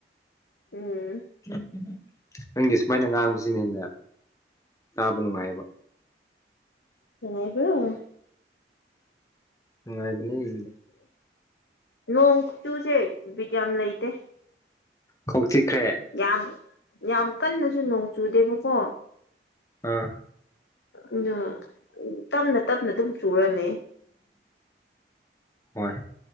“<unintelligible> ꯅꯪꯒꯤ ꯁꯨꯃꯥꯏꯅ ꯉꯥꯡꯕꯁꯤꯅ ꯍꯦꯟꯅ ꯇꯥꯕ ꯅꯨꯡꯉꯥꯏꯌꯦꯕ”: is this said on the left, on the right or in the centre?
Left